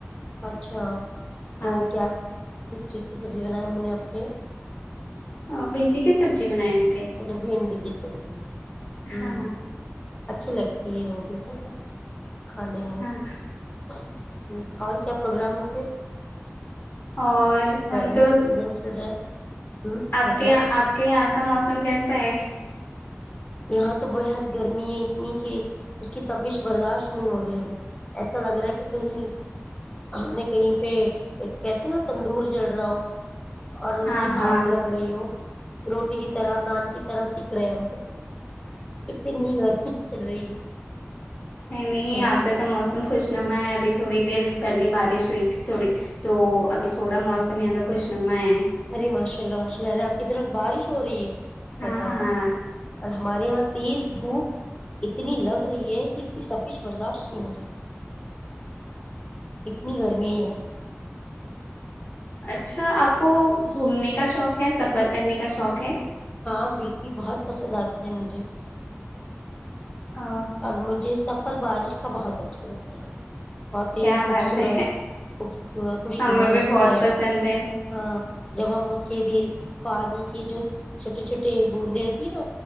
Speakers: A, on the left; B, on the left.
A: اچھا <inaudible> تو
B: ہاں
A: کیا <inaudible> کس چیز کی سبزی بنایا میں نے آپ کے
B: ہ بھنڈی کی سبزی بنائے ہیں
A: اچھا بھنڈی کی سبزی ہوں
B: ہاں
A: <inaudible> اچھی لگتی ہے وہ بھی ہےیرا <inaudible> کانے میں
B: ہاں
A: <inaudible> ہ اور کیا پروگرام ہو پھر <inaudible>
B: اور ہم
A: گرمی
B: تو
A: کا سیزن چل رہا ہے ہوں
B: آپ
A: بتاؤ
B: کے آپ کے یہاں کا موسم کیسے <inaudible>
A: یہاں تو بےحد گرمی ہے اتنی کہ اس کی تبیش برداشت نہیں ہو رہی ہے ابھی ایسا لگ رہا ہے کہ کہیں ہم نے کہیں پہ ایک کہتے نا تندور جڑ <unintelligible> رہا ہو اور اس
B: ہاں
A: کی
B: ہاں
A: بھاپ لگ رہی ہو روٹی کی طرح نان کی طرح سیکھ رہے ہیں ہم تو اتنی گرمی پڑ رہی ہے
B: نہیں نہیں
A: ہاں
B: آاں پہ تو موسم خوش نما ہے ابھی تھوڑی دیر پہلے بارش ہوئی تھی تھوڑی تو ابھی تھوڑا موسماںگر کا خوش نما ہے
A: ارے ماشاء اللہ ماشاء اللہ ارے آپ کی طرف بارش ہو رہی ہے
B: ہاں
A: بتاؤ اور ہمارے یہاں تیز دھوپ اتنی لگ رہی ہے کہ اس کی تپش برداشت نہیں ہو رہی اتنی گرمی ہے یہاں پہ
B: اچھا آپ کو گھومنے کا شوق ہے سفر کرنے کا شوق ہے
A: ہاں بالکل بہت پسند آتا ہے مجھے
B: آ،
A: اور مجھے سب اور بارش کا بہت اچھا لگتا ہے بہت ہی
B: کیا
A: خوبصورت
B: بات ہے
A: خوب خوش
B: ہمیں
A: نما
B: بھی
A: لگتا
B: بہت
A: ہے
B: پسند ہے
A: ہاں جب ہم اس کے دل پانی کہ جو چھوٹی چھوٹے بوندیںتی نا